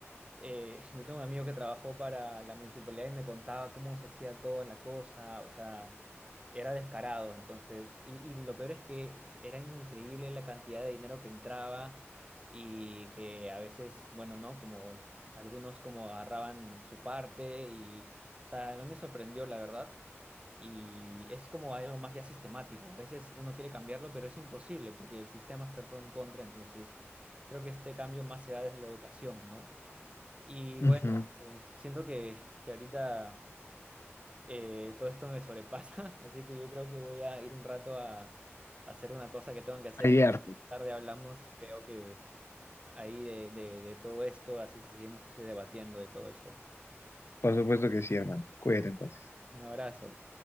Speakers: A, on the right (about 25°); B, on the left (about 65°).
A: eh, <laughs> yo tengo un amigo que trabajó para la municipalidad y me contaba cómo se hacía toda la cosa, o sea... Era descarado, entonces, y, y lo peor es que s- era increíble la cantidad de dinero que entraba y que a veces, bueno, ¿no? Como l- algunos como agarraban su parte y, o sea, a mí me sorprendió, la verdad, y es como algo más ya sistemático. A veces uno quiere cambiarlo, pero es imposible porque el sistema está todo en contra, entonces creo que este cambio más se da desde la educación, ¿no? Y
B: Ujú.
A: bueno, eh, siento que, que ahorita eh, todo esto me sobrepasa, <laughs> así que yo creo que voy a ir un rato a, a hacer una cosa que tengo que hacer
B: Hay
A: y
B: arte.
A: tarde hablamos, creo que ahí de, de, de todo esto, así seguimos eh, debatiendo de todo esto.
B: Por supuesto que sí, hermano. Cuídate entonces.
A: Un abrazo.